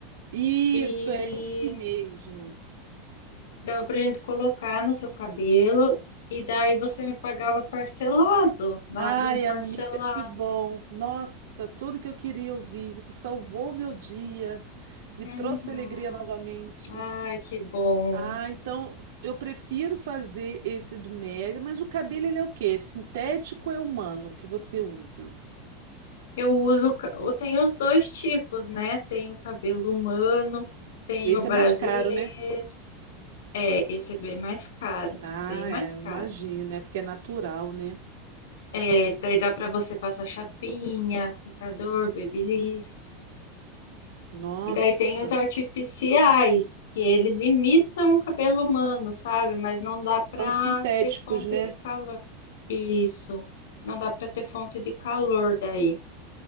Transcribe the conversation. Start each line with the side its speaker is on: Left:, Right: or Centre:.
Right: Isso,
Left: e
Right: é esse mesmo.
Left: dava pra gente colocar no seu cabelo e daí você me pagava parcelado. Dava
Right: Ai,
Left: pra gente parcelar.
Right: amiga, que bom. Nossa, tudo que eu queria ouvir. Você salvou o meu dia. me
Left: Uhum.
Right: trouxe alegria novamente.
Left: Ai, que bom.
Right: Ah, então eu prefiro fazer esse do Mega, mas o cabelo ele é o quê? Sintético ou é humano que você usa?
Left: Eu uso, ca- eu tenho os dois tipos, né? Tem o cabelo humano, tem
Right: Esse
Left: o brasileiro.
Right: é mais caro, né?
Left: É, esse é bem mais caro,
Right: Ah,
Left: bem mais
Right: é, eu
Left: caro.
Right: imagino, é porque é natural, né?
Left: É, daí dá pra você passar chapinha, secador, babyliss.
Right: Nossa,
Left: E daí tem os artificiais, que eles imitam o cabelo humano, sabe? Mas não dá
Right: que
Left: para
Right: são os sintéticos,
Left: ter fonte
Right: né?
Left: de calor. Isso. Não dá para ter fonte de calor daí.